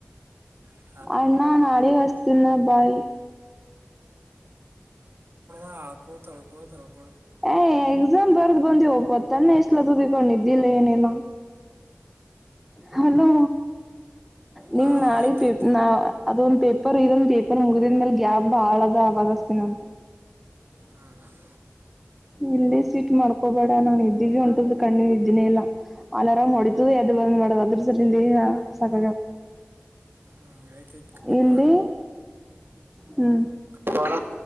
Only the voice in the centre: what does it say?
ಅಣ್ಣ ನಾಡಿ ವಸ್ತೀ ನ ಬಾಯಿ
ಏ್ ಎಕ್ಸಾಮ್ ಬರ್ದ್ ಬಂದಿವವ ಒಪ್ಪ ತನ್ನೆ ಎಷ್ಟಲತದುಕೊಂಡ್ ಇದಿದ್ದಿಲ್ಲ ಏನಿಲ್ಲಾ ಹಲೋ ನೀ
ನಾಳ
ನಾ ಅದೊಂದ ಪೇಪರ್ ಇದೊಂದ್ ಪೇಪರ್ ಮುಗಿದ್ಮ ಮೇಲ್ ಗ್ಯಾಪ್ ಬಹಳ ಅ ಅವಾಗ್ತನಂಂತ
ಇಲ್ಲೇ ಸ್ೀಟ್ ಮಾಡ್ಕೋಬೇಡ ನಾು ಇದ್ದೀವಿ ಉಂಟುದು ಕಣ್ಣಿ ಇದನೇ ಇಲ್ಲಾ ಅಲಾರಾಮ್ ಹೊಡಿತು ಯ್ದ ಬಂದ್ ಮಾಡದು ಅದ್ರ ಸ ಈಗ ಸಾಕ
ಹಲ್ಲಿಿ ಹ್ಮ್